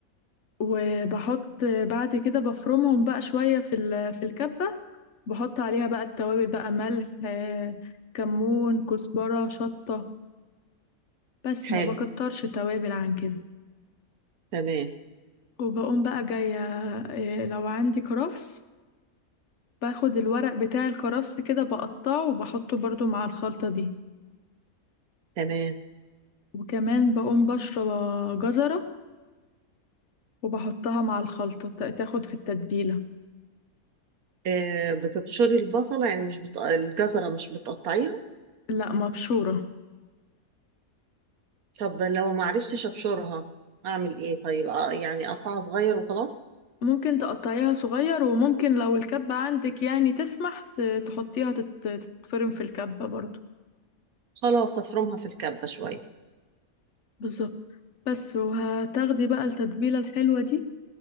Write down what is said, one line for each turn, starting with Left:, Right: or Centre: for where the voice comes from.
Left: وبحط بعد كده بفرمهم بقى شوية في ال- في الكبة بحط عليها بقى التوابل بقى ملح آه، كمون كزبرة شطة بس
Right: حلو
Left: ما بكترش توابل عن كده
Right: تمام
Left: وبقوم بقى جاية آه، لو عندي كرفس باخد الورق بتاع الكرفس كده بقطعه وبحطه برضو مع الخلطة دي
Right: تمام
Left: وكمان بقوم بشرب جزرة وبحطها مع الخلطة تا- تاخد في التتبيلة
Right: آه بتبشري البصلة يعني مش بت... الجزرة مش بتقطعيها
Left: لا مبشورة
Right: طب لو ما عرفتش ابشرها اعمل ايه طيب آه يعني اقطعها صغير وخلاص
Left: ممكن تقطعيها صغير وممكن لو الكبة عندك يعني تسمح ت- تحطيها تت- تتفرم في الكبة برضو
Right: خلاص افرمها في الكبة شوية
Left: بالظبط بس وهتاخدي بقى التتبيلة الحلوة دي